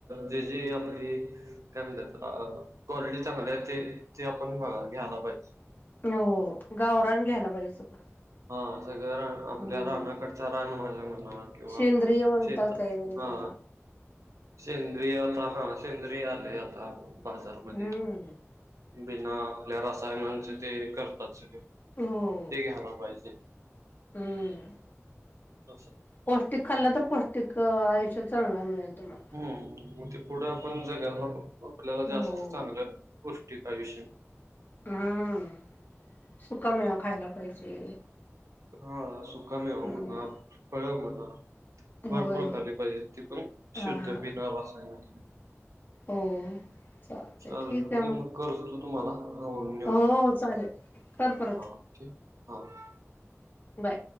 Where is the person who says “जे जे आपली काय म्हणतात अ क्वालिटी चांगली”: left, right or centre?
Right